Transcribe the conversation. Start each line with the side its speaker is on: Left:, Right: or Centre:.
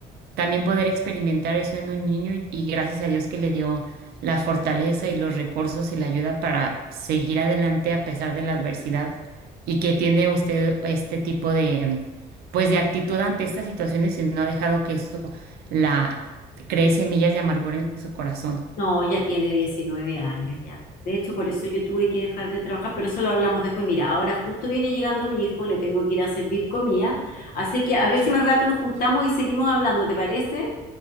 Right: también poder experimentar eso en un niño y, y gracias a Dios que le dio la fortaleza y los recursos y la ayuda para seguir adelante a pesar de la adversidad y que tiene usted este tipo de pues de actitud ante estas situaciones y no ha dejado que eso la cree semillas de amargura en su corazón.
Left: No, ya tiene diecinueve años ya. De hecho, por eso yo tuve que dejar de trabajar, pero eso lo hablamos después. Mira, ahora justo viene llegando mi hijo, le tengo que ir a servir comida. Así que a ver si más rato nos juntamos y seguimos hablando, ¿te parece?